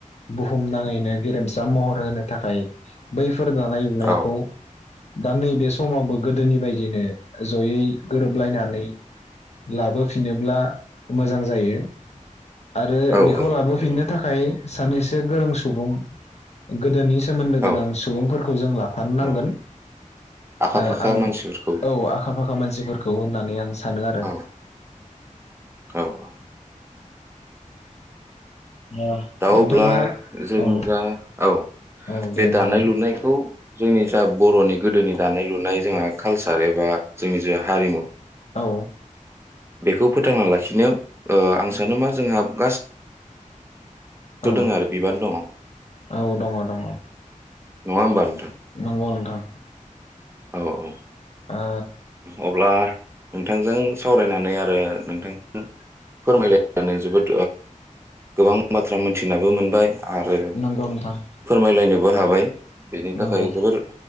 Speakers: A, on the left (about 55°); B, on the right (about 20°).
A: बुहुम नाङैनो गेरेमसा महर होनो थाखाय बै फोर दानाय लुनायखौ
B: औ
A: दा नैबे समावबो गोदोनि बायदिनो जयै गोरोबलायनानै लाबोफिनोब्ला मोजां जायो आरो
B: औ
A: बेखौ
B: औ
A: लाबोफिननो
B: नंगौ
A: थाखाय सानैसो गोरों सुबुं गोदोनि सोमोन्दो गोनां
B: औ
A: सुबुंफोरखौ जों लाफानो नांगोन
B: औ आखा
A: ओ
B: फाखा
A: आं
B: मानसिफोरखौ
A: औ आखा फाखा मानसिफोरखौ होननानै आं सानो आरो
B: औ औ औ
A: ओ
B: दा
A: नोंथाङा
B: अब्ला जों
A: औ
B: जा औ
A: औ
B: बे
A: दे बुंलाय
B: दानाय लुनायखौ जोंनि जा बर'नि गोदोनि दानाय लुनाय जोंहा कालसार एबा जोंनि जा हारिमु
A: औ
B: बेखौ फोथांना लाखिनो ओ आं सानो मा जोंहा गासै थ'
A: औ
B: दोङो आरो बिबान दङ नङा
A: औ दङ दङ
B: होमबा नोंथां
A: नंगौ नोंथां
B: औ औ
A: ओ
B: अब्ला नोंथांजों सावरायनानै आरो नोंथांजों फोरमायलायनानै ओ जोबोद गोबां बाथ्रा मोनथिनाबो मोनबाय आरो
A: नंगौ नोंथां
B: फोरमायलायनोबो बो हाबाय बेनि थाखाय
A: नंगौ
B: जोबोर